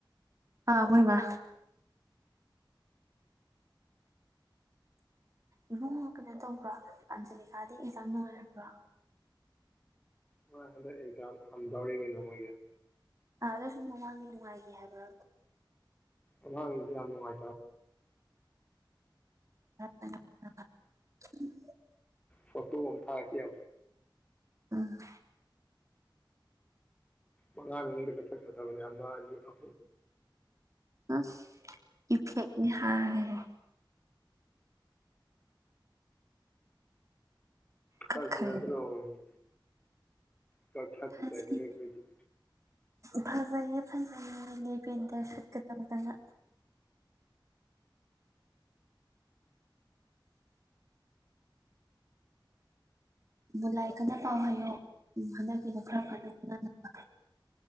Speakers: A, on the right; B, on the left.
A: ꯑꯥ ꯍꯣꯏꯃ ꯏꯕꯨꯡꯉꯣ ꯀꯩꯅꯣ ꯇꯧꯕ꯭ꯔꯥ ꯑꯟꯖꯂꯤꯀꯥꯗꯤ ꯑꯩꯖꯥ ꯅꯨꯡꯉꯥꯏꯔꯕ꯭ꯔꯥ
B: ꯍꯣꯏ ꯍꯟꯗꯛ ꯑꯩꯖ ꯍꯝꯗꯧꯔꯤꯉꯅ ꯃꯣꯏꯒꯤ
A: ꯑꯥ ꯑꯗ ꯁꯨꯝ ꯃꯃꯥꯡꯒꯤ ꯅꯨꯡꯉꯥꯏꯈꯤ ꯍꯥꯏꯕ꯭ꯔ
B: ꯑ ꯏꯉꯥꯏꯇꯔꯃ
A: ꯑ
B: ꯐꯠꯇ ꯑꯣꯝ ꯊꯥ ꯀ
A: ꯎꯝ
B: ꯃꯉꯥ ꯇꯅꯤ ꯑꯃꯥꯅꯤ ꯑ
A: ꯑ ꯏꯐꯦꯛꯅꯤ ꯍꯥꯏꯦ ꯀꯛꯈ꯭ꯔꯦ
B: ꯐꯁ ꯑꯦꯗꯔꯣꯗꯤ ꯀꯊꯠ
A: ꯐꯖꯩ
B: ꯆꯒꯔ ꯀꯗꯤ
A: ꯐꯖꯩꯌꯦ ꯐꯖꯩꯌꯦ ꯂꯩꯕꯦꯟꯗꯔ ꯁꯨꯠꯀ ꯆꯗ ꯕꯨꯂꯥꯏ ꯀꯟꯅ ꯄꯥꯎ ꯍꯥꯏꯌꯣ ꯍꯟꯗꯛꯀꯤꯗꯣ ꯈꯔ ꯐꯖ ꯈꯣꯅꯅꯕ